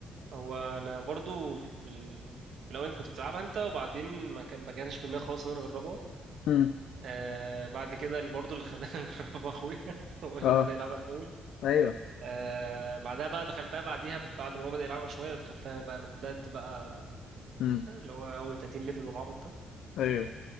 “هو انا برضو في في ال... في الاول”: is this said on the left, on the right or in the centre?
Right